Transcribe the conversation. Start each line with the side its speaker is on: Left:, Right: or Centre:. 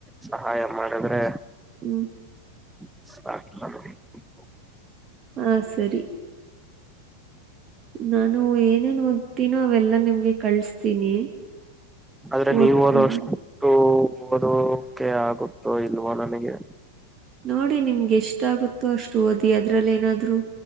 Centre: ಸಹಾಯ ಮಾಡಿದ್ರೆ
Right: ಹ್ಮ್
Centre: <unintelligible>
Right: ಹಾ ಸರಿ. ನಾನು ಏನೇನ್ ಓದ್ತೀನೋ ಅವೆಲ್ಲಾ ನಿಮ್ಗೆ ಕಳ್ಸ್ತೀನಿ.
Centre: ಆದ್ರೆ
Right: ಓದ್ಕೊಳ್ಳಿ
Centre: ನೀವು ಓದಷ್ಟು ಓದೋಕೆ ಆಗುತ್ತೋ ಇಲ್ವೋ ನನಗೆ.
Right: ನೋಡಿ ನಿಮ್ಗೆ ಎಷ್ಟ ಆಗುತ್ತೋ ಅಷ್ಟು ಓದಿ ಅದ್ರಲ್ಲಿ ಏನಾದ್ರು